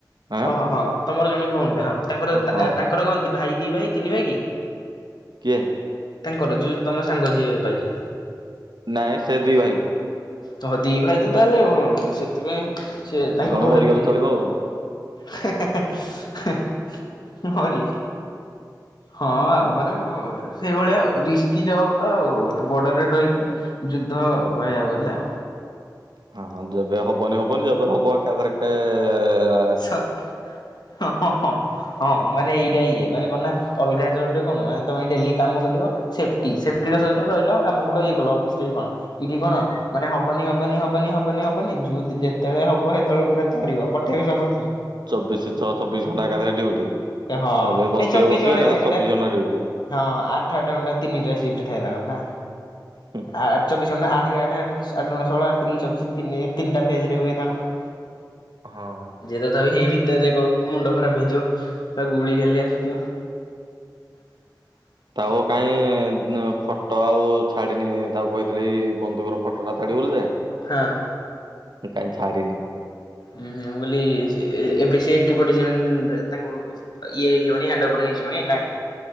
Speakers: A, on the right (about 75°); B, on the left (about 70°).
A: ଆଁ
B: ଓହ ହଁ। ତମରଜଣେ ଭଉଣୀଟା ହଁ ତାଙ୍କର
A: ହଁ
B: ତାଆ ତାଙ୍କରକଣ ଭାଇ ଦିଭାଇ ତିନିଭାଇ କି?
A: କିଏ।
B: ତାଙ୍କର ଯୋଉ ତମ ସାଙ୍ଗ ଯିଏ ପାଇଛନ୍ତି।
A: ନାଇଁ ସେ ଦିଭାଇ।
B: ତହ ଦିଭାଇ ତ ତାହେଲେଆଉ ସେଥିପାଇଁ ସିଏ ତାଙ୍କ
A: ଜଣେ
B: ଘରେ
A: ମରିଗଲେ
B: ବି ଟିଏ
A: ଚଳିବ ଆଉ।
B: ହେଏହେଏହେଏ ହେଏ ଏ ମରି। ହଁଆଉ ମାନେ ଭୁ ସେଇଭଳିଆଆଉ ରିସ୍କି ଯବ ତ ଆଉ ବଡରରେ ରହିକି ଯୁଦ୍ଧ କହିବାକୁ ଗଲେ ଆଉ।
A: ହ ହଁ ଯେବେ ହବନିହବନି ଯେବେହବ ଏକାଥରିକେଏଏଏ
B: ସା ହଁ ହଁ ହଁ। ହଁ ମାନେ ଏଇଟାଇଏ ମାନେକଣ ନା ଅଲଗା ଜବରେ କଣ ୟାଙ୍କ ପାଇଁ ଡେଲି କାମ କରିବ। ସେଫ୍ଟି ସେଫ୍ଟିରସହିତରହିଲ କାମକଲଇଏକଲ ଅଫିସ ଠେଇ କଣ? ଇଠି କଣ? ମାନେ ହବନି ହବନି ହବନି ହବନି ହବନି ଯଉ ଯେତେବେଳେ ହବ ସେତେବେଳେ ପୁରା ଥରିବ ପଠେଇବି ସମସ୍ତି।
A: ଚବିଶି ଛ ଚବିଶ ଘଣ୍ଟା ଏକାଥରେ ଡିଉଟି
B: ହଁ
A: ଏବେ ବସିବ
B: ନାଇଁ ଚବିଶ
A: ବସିବେ
B: ଘଣ୍ଟା
A: ଏକାଥରେ
B: ନୁହେଁ ସେଇଟା
A: ଚବିଶ ଘଣ୍ଟା ଡିଉଟି।
B: ହଁ ଆଠଆଠ ଘଣ୍ଟା ତିନିଟା ସିଫ୍ଟ ଥାଏ ତାଙ୍କର ନା।
A: ହୁଁଁ।
B: ଆ ଚବିଶ ଘଣ୍ଟାନା ଆଠକେଆଠ ଆଠତିଆଠଦୁଗୁଣେଷୋହଳ ଆଠତିରକିଚବିଶି ତିନି ତିିନଟା ଫେଜ୍ରରେ ହୁଏ ତାଙ୍କର।
A: ହଁ।
B: ଯିଏ ଦେଖ ତଥାପି ଏଇ ଭିତରେ ଦେଖ ମୁଣ୍ଡ ଖରାପ ହେଇଯିବ। ବା ଗୁଳି ଖାଲି ଆସୁଥିବ। <inaudible>
A: ଥାଉ କାଇଁ ଫଟୋ ଆଉ ଛାଡିିନି ତାକୁ କହିଥିଲି ଏଇବନ୍ଧୁକର ଫଟୋ ଫଟଟା ଛାଡ଼ିବୁ ବୋଲି ଯେ
B: ହଁ।
A: କାହିଁ ଛାଡିିନି।
B: ହୁଁ ହୁଁ ବୋଲି ଏବେ ସେ ଏକପଟେ ସେ ତାଙ୍କୁ ଇଏ ହେଇଯିବଣିି ହେଣ୍ଡ ଓଭର ହେଇଯିବଣି ନାଇଁ।